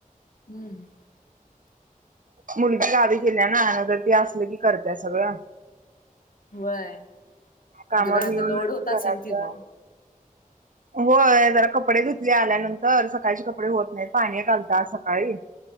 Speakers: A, on the left (about 75°); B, on the right (about 65°).
A: हम्म
B: मुलगी गावी केल्या ना, नाही तरर ती असली की करत्या सगळं.
A: व्हय
B: कामावरून
A: मग तुला आता
B: येऊन,
A: लोड
B: नंतर
A: होत
B: ते
A: असेल
B: घरातलं
A: की ग
B: ऽ होय, जरा कपडे धुतले आल्यानंतर, सकाळचे कपडे होत नाही, पाणी एक आलतं आज सकाळीऽ